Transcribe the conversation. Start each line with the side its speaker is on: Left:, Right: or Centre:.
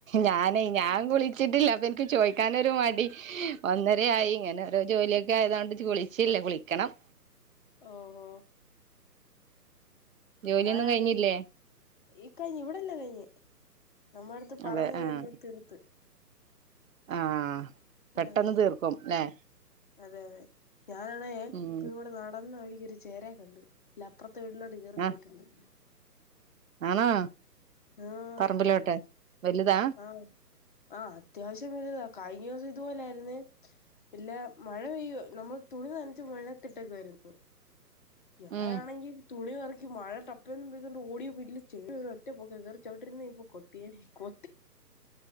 Right: ഞാനെ ഞാൻ കുളിച്ചിട്ടില്ല അപ്പൊ എനിക്ക് ചോയ്ക്കാനൊരു മടി ഒന്നര ആയി ഇങ്ങനെ. ഓരോ ജോലിയൊക്കെ ആയതൊണ്ട് കുളിച്ചില്ല. കുളിക്കണം.
Left: ഓ ഓ
Right: ജോലിയൊന്നും
Left: ഞാനാണ്.
Right: കഴിഞ്ഞില്ലേ
Left: ഈ കഴിഞ്ഞ് ഇവിടെല്ലം കഴിഞ്ഞ് നമ്മ അടുത്ത്
Right: അതെ
Left: പറഞ്ഞവ
Right: ആഹ്
Left: തീർത്ത്.
Right: ആഹ് പെട്ടെന്ന്
Left: ആഹ്
Right: തീർക്കും അല്ലെ?
Left: അതെ അതെ ഞാനാണേ
Right: ഉം
Left: ഇപ്പ ഇവിടെ നടന്ന് വഴിക്കൊരു ചേരേ കണ്ട് ഇല്ല അപ്പുറത്തെ വീടിലോട്ട് കേറി
Right: ആഹ്
Left: പോയിട്ടുണ്ട്.
Right: ആണോ
Left: ആഹ്
Right: പറമ്പിലോട്ട്. വലുതാ?
Left: ആഹ് ആഹ് അത്യാവശ്യം വലുതാ. കഴിഞ്ഞ ദിവസം ഇത്പോലെ ആയിരുന്നേ. ഇല്ല മഴ പെയ്യ നമ്മള് തുണി നനച്ചു മഴത്തിട്ടേക്കായിരുന്നു. ഞാനാണെങ്കി.
Right: ഉം
Left: തുണി പെറക്കി മഴ ടപ്പന്ന് പെയ്തുകണ്ട് ഓടിയ സ്പിഡിൽ ചേര ഒറ്റ പോക്ക് കേറി ചവിട്ടിരുന്ന ഇപ്പോ കൊത്തിയേനെ കൊ.